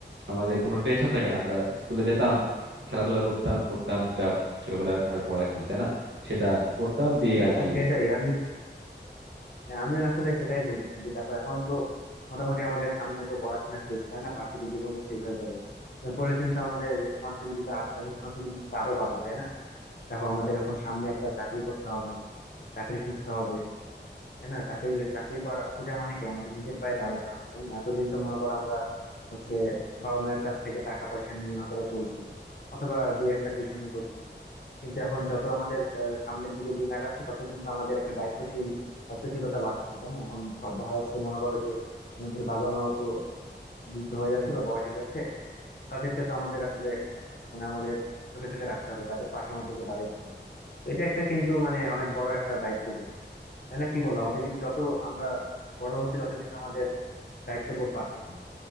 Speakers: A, on the right; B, on the left.
A: আমাদের কোনো টেনশন থাকে না আমরা স্কুলে যেতাম খেলাধুলা করতাম পড়তাম যা ছোটবেলায় আর পড়া কি তাই না সেটা পড়তাম দিয়ে
B: হ্যাঁ
A: আর কি
B: সেটাই আমি হ্যাঁ, আমিও আসলে সেটাই বলতেছি যে দেখো এখন তো মোটামুটি আমাদের সামনে তো পড়াশোনা শেষ তাই না ভার্সিটি জীবনও শেষ হয়ে যাবে এরপরে কিন্তু আমাদের রেসপন্সিবিলিটি রেসপন্সিবিলিটি আরো responsibility টা আরো বাড়বে তাই না দেখো আমাদের এখন সামনে একটা চাকরি করতে হবে চাকরি খুঁজতে হবে তাই না চাকরি চাকরি করা- খোঁজা মানে কি আমাদের নিজের পায়ে দাঁড়াতে হবে তাই না এতদিন তো মনে করো আমরা হচ্ছে বাবা মায়ের কাছ থেকে টাকা পয়সা নিয়ে অথবা চলছি অথবা দুই একটা টিউশনই করছি কিন্তু এখন যত আমাদের আহ, সামনের দিকে দিন আগাচ্ছে তত কিন্তু আমাদের একটা দায়িত্বশীল দায়িত্বশীলতা বাড়তেছে তাই না এখন ধ- ধরা যাচ্ছে মনে করো যে আমাদের বাবা মাও তো বৃদ্ধ হয়ে যাচ্ছে বা বয়স হয়ে যাচ্ছে তাদেরকে তো আমাদের আসলে মানে আমাদের চোখে চোখে রাখতে হবে তাদের পাশে আমাদেরকে দাঁড়াতে হবে তো এটা একটা কিন্তু মানে অনেক বড় একটা দায়িত্ববোধ তাই না কি বলো আমাদের কিন্তু যত আমরা বড় হচ্ছে তত কিন্তু আমাদের দায়িত্ববোধ বাড়তেছে